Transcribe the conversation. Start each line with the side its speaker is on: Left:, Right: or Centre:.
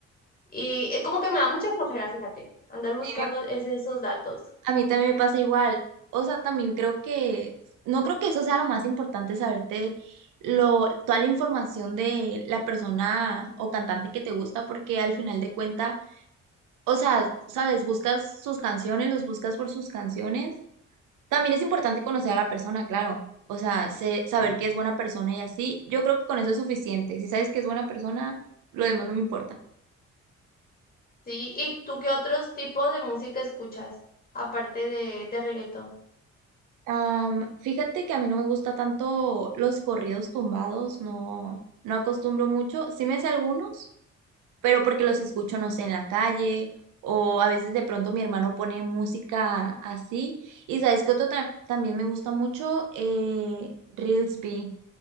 Left: y eh, como que me da mucha flojera, fíjate, andar buscando
Right: Sí,
Left: ese- esos datos.
Right: A mí también me pasa igual. O sea, también creo que, no creo que eso sea lo más importante, saberte lo, toda la información de la persona o cantante que te gusta, porque al final de cuenta, o sea, sabes, buscas sus canciones, los buscas por sus canciones. También es importante conocer a la persona, claro. O sea, sé- saber que es buena persona y así. Yo creo que con eso es suficiente. Si sabes que es buena persona, lo demás no me importa.
Left: Sí, ¿y tú qué otros tipos de música escuchas, aparte de, de reggaetón?
Right: Am, fíjate que a mí no me gusta tanto los corridos tumbados, no, no acostumbro mucho. Sí me sé algunos, pero porque los escucho, no sé, en la calle o a veces de pronto mi hermano pone música así. Y sabes que otro ta- también me gusta mucho, eh, Reelsby,